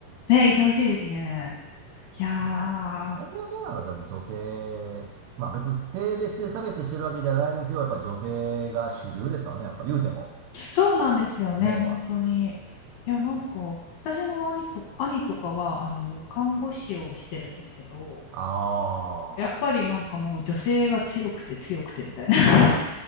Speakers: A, on the left (about 70°); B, on the right (about 85°).
A: ね、いてほしいですね。いや
B: ああ。
A: ー、
B: アビアンテナがだって女性、まあ別に性別で差別してるわけじゃないにせよ、やっぱり女性が主流ですわね。やっぱり言うても、
A: そうなんですよね、
B: 日本は。
A: 本当に。いや、なんか、私の兄と、兄とかは、あの、看護師をしてるんですけど、
B: ああ。
A: やっぱりなんかもう女性が強くて強くてみたいな。